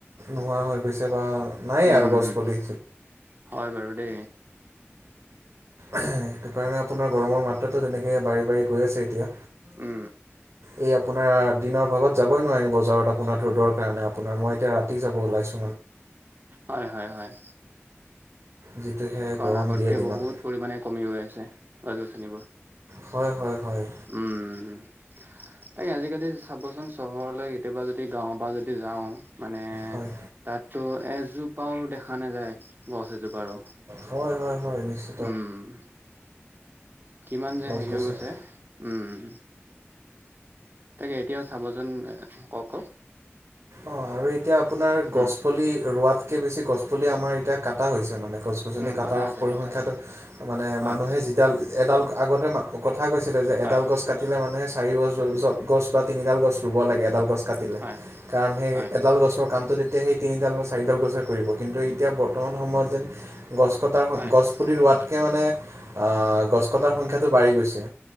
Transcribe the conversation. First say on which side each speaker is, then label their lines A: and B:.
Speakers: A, on the right; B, on the right.
A: নোহোৱা হৈ গৈছে বা নায়েই
B: উম
A: আৰু গছ পুলি।
B: হয় বাৰু দে।
A: সেইটো কাৰণে আপোনাৰ গৰমৰ মাত্ৰাটো তেনেকৈ বাৰি বাৰি গৈ আছে এতিয়া।
B: উম
A: এই আপোনাৰ দিনৰ ভাগত যাবই নোৱাৰি বজাৰত আপোনাৰ ৰ'দৰ কাৰণে আপোনাৰ মই এতিয়া ৰাতি যাব ওলাইছো।
B: হয় হয় হয়।
A: যিটোহে
B: কাৰণ
A: গৰম
B: আগতকে
A: দিয়ে দিনত
B: বহুত পৰিমানে কমি গৈ আছে গছ গছনিবোৰ।
A: হয় হয় হয়।
B: উম তাকে আজিকালি চাবচোন চহৰলৈ কেতিয়াবা যদি গাঁও পৰা যদি যাওঁ মানে
A: হয়
B: তাত। ত' এজোপাও দেখা নাযায় গছ এজোপাৰো।
A: হয় হয় হয় নিশ্চয়।
B: উম। কিমান যে
A: গছ
B: হেৰি
A: গছনি
B: হৈ গৈছে উম। তাকে এতিয়াও চাবচোন কওক কওক।
A: অ আৰু এতিয়া আপোনাৰ গছ
B: উম।
A: পুলি ৰোৱাতকে বেছি গছ পুলি আমাৰ এতিয়া কাটা হৈছে মানে। গছ গছনি
B: উম
A: কটাৰ
B: কথা আছে
A: পৰিসংখ্যাটো
B: কথা আছে
A: মানে
B: হয়
A: মানুহে যিডাল এডাল আগতে মা। কথা কৈছিলে যে
B: হয়
A: এডাল গছ কাটিলে মানুহে চাৰি গছ গছ বা তিনিডাল গছ ৰুব লাগে এডাল গছ। কাটিলে
B: হয়।
A: কাৰণ সেই
B: হয়
A: এডাল গছৰ কামটো। এতিয়া সেই তিনিডাল বা চাৰিডাল গছৰ কৰিব কিন্তু এতিয়া বৰ্তমান সময়ত যেন। গছ কটাৰ
B: হয়
A: গছ পুলি ৰোৱাতকে মানে আহ গছ কটাৰ সংখ্যাটো বাঢ়ি গৈছে।